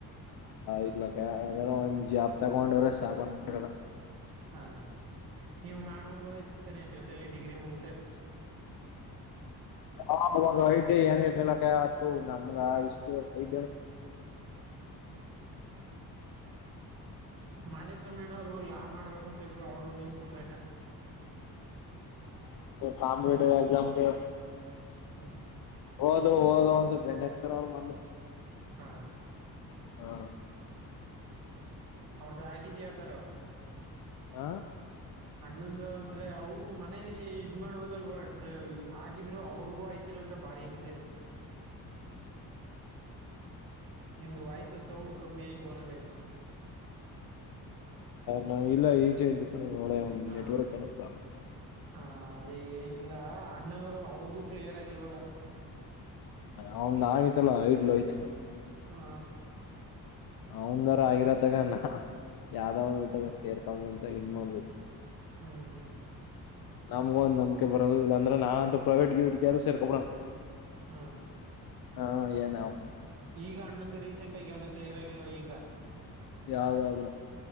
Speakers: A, on the left; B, on the right.
A: ಇಲಕಾರ ಒಂದ ಜಾಬ್ ತಗೊಂಡ್ರೆ ಸಾಕೊಂಡ್ಟದ
B: ಹಾ ನೀವು ಮಾಡ್ಬಿಡ್ಬೋದ ಇತಿ ತಾನೆ ಜೊತಲಿ ಡಿಗ್ರಿ ಮುಗ
A: ಹ ಅವಾಗ ಯತ ಏನ ಆಥ ನಮಗೆ ಆ ಇಷ್ಟ ಮ
B: ಮಾದ್ವಾಮ್ಯಣ್ಣ ಅವ್ರು ಲಾ ಮಾಡ್ಬೇಕು ಅಂತಿದ್ರು ಅವ್ರು ನಿನ್ಸ್ಬಿಟ್ರ ಅಕಾ
A: ಕಾಂಪಿಟಿವ್ ಎಕ್ಸಾಮ್ಗೆ
B: ಹ್ಞೂ
A: ಓದು ಓದು ಅಂತ ಬೆಂಡ <unintelligible>
B: ಹಾ
A: ಹಾ
B: ಅವ್ರದ್ದು ಆಗಿದ ಯಾವ್ದಾರ
A: ಹಾ
B: ಅಣ್ಣೊಂದು ಅಂದ್ರೆ ಅವರು ಮನೇಲಿ ಇದ್ ಮಾಡ್ಬೋದಲ್ವಾ ಆಗಿದ್ರು ಅವ್ರಿಗೂ ಆಯ್ತ ಇಲ್ಲಾಂದ್ರೆ ಬಾರಿ ಹಿಂಸೆರಿ.
A: ಹ್ಮ್
B: ನಿಮ್ದು ವಾಯ್ಸ ಸೌಂಡ್ ಕಮ್ಮಿ ಆಯ್ತು ಅನ್ನಗೈತೆ.
A: ನಾ ಇಲ್ಲ ಈಚೆ <unintelligible>
B: ಆ,
A: ನೆಟ್ವರ್ಕ್ ಏನ ಪ್ರಬ್ಲ್
B: ಆ, ಅದೇ ಏನಿಲ್ಲ ಅಣ್ಣಾವ್ರು ಅವ್ರದುು ಕ್ಲಿಯರ್ ಆಗಿಲ್ವಲ್ಲ.
A: ಅವನ್ದ್ ಆಗಿತಲ್ಲ <unintelligible> ಹೊಯ್ತ್.
B: ಹಾ
A: ಅವ್ನ್ದರ ಆಗಿರ <unintelligible> ಯಾವ್ದಾ ಒಂತಾಗ ಸೇರ್ಕೊಂಡ್ಒಂತಾಗ ಮಾ <unintelligible>
B: ಹ್ಮ್
A: ನಮ್ಗ ಒಂದ ನಂಬ್ಕೆ ಬರೋದು ಇಲ್ಲಾಂದ್ರೆ ನಾಂತೂ ಪ್ರೈವೇಟ್ ಗಿವಿಇಟ್ ಯಾರು ಸೇರ್ಕ <unintelligible>
B: ಹಾ
A: ಹಾ ಏನ
B: ಈಗ ಅಣ್ಣೊಂದು ರೀಸೆಂಟ್ ಆಗಿ ಯಾವ್ದು ಕ್ಲಿಯರ್ ಆಗಿಲ್ವ ಈಗ.
A: ಯಾವ್ದು ಆಗಿಲ್ಲಾ.